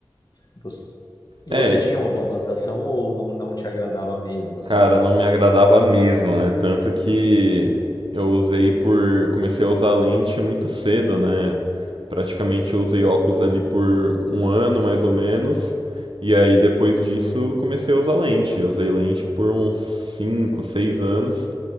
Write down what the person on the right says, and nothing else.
É,
Cara, não me agradava mesmo, né? Tanto que eu usei por. eu Comecei a usar lente muito cedo, né? Praticamente eu usei óculos ali por um ano mais ou menos. E aí depois disso comecei a usar lente. Eu usei lente por uns 5, 6 anos.